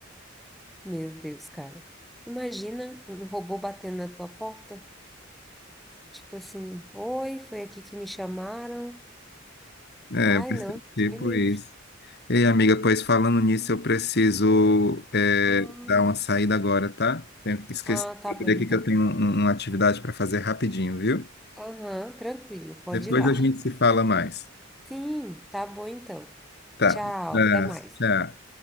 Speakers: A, in the centre; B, on the left.
A: Meu Deus, cara. Imagina um robô batendo na tua porta, tipo assim, oi, foi aqui que me chamaram.
B: É,
A: Ai,
B: vai
A: não,
B: ser
A: Deus
B: tipo
A: me livre.
B: isso. Ei, amiga, pois falando nisso, eu preciso é,
A: Ah,
B: dar uma saída agora, tá? Tenho que esquecer
A: ah, tá bem
B: aqui
A: então.
B: que eu tenho um- um, uma atividade para fazer rapidinho, viu?
A: Aham, tranquilo, pode
B: Depois
A: ir lá.
B: a gente se fala mais.
A: Sim, tá bom então.
B: Tá.
A: Tchau,
B: Abraço,
A: até mais.
B: Tchau.